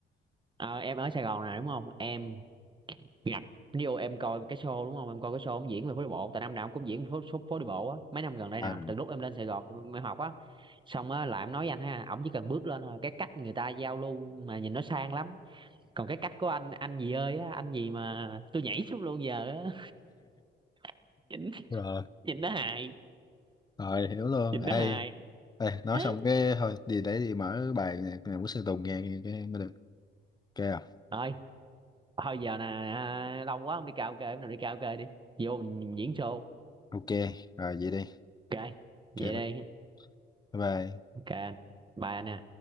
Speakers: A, on the right (about 25°); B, on the left (about 20°).
A: ờ, em ở Sài Gòn nè đúng không em Ngặt ví em coi cái show đúng không em coi cái show ông diễn về phố đi bộ tại năm nào ông cũng diễn phố, phố, phố đi bộ á mấy năm gần đây
B: à
A: nè từ lúc em lên Sài Gòn em học á xong á là em nói với anh ha ổng chỉ cần bước lên thôi cái cách người ta giao lưu mà nhìn nó sang lắm còn cái cách của anh anh gì ơi á anh gì mà tôi nhảy xuống luôn giờ á <laughs> nhìn
B: rồi
A: nhìn nó hài
B: rồi hiểu luôn
A: nhìn
B: ê
A: nó hài
B: ê nói
A: <laughs>
B: xong cái thôi đi để đi mở bài nhạc này của Sơn Tùng nghe nghe cái mới được ok không
A: thôi thôi giờ nè à, lâu quá không đi karaoke bữa nào đi karaoke đi vô mình diễn show
B: ok rồi vậy đi
A: ok vậy
B: ok
A: đây
B: bye bye
A: ok anh bye anh ha.